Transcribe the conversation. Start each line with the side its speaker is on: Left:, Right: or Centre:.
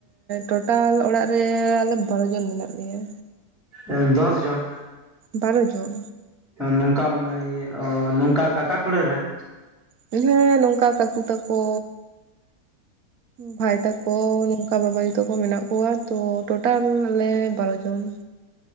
Right: ᱴᱳᱴᱟᱞ ᱚᱲᱟᱜ ᱨᱮ ᱟᱞᱮ ᱵᱟᱨ ᱡᱚᱱ ᱢᱮᱱᱟᱜ ᱞᱮᱭᱟ᱾
Centre: ᱮ ᱫᱚᱥ ᱡᱚᱱ?
Right: ᱵᱟᱨᱚ ᱡᱚᱱ᱾
Centre: ᱱᱚᱝᱠᱟ ᱤᱭᱟᱹ ᱱᱚᱝᱠᱟ ᱠᱟᱠᱟ ᱠᱷᱲᱟᱹ ᱨᱮᱱ?
Right: ᱦᱮᱸ ᱱᱚᱝᱠᱟ ᱠᱟᱠᱩ ᱛᱟᱠᱚ ᱵᱷᱟᱭ ᱛᱟᱠᱚ ᱱᱚᱝ ᱠᱟ ᱵᱟᱵᱟᱭᱩ ᱛᱟᱠᱚ ᱢᱮᱱᱟᱜ ᱠᱚᱣᱟ ᱛᱚ ᱴᱳᱴᱟᱞ ᱟᱞᱮ ᱵᱟᱨ ᱡᱚᱱ᱾